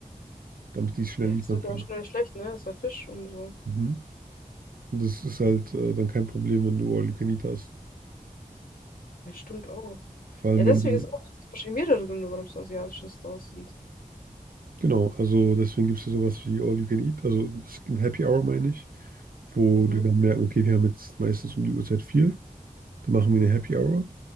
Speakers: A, on the right (about 75°); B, on the left (about 75°).
A: damit die es schnell
B: Ja,
A: liefern
B: das wird
A: können.
B: ja auch schnell schlecht, ne? Ist ja Fisch und so.
A: Mhm. Und das ist halt äh, dann kein Problem, wenn du All You Can Eat hast.
B: Ja, stimmt auch.
A: Vor allem,
B: Ja, deswegen
A: wenn du,
B: ist auch es gibt wahrscheinlich mehrere Gründe, warum es asiatische Stores sind.
A: genau, also deswegen gibt es ja sowas wie All You Can Eat, also es gibt ein Happy Hour, meine ich. wo
B: Mhm.
A: die dann merken, okay, wir haben jetzt meistens um die Uhrzeit viel, dann machen wir eine Happy Hour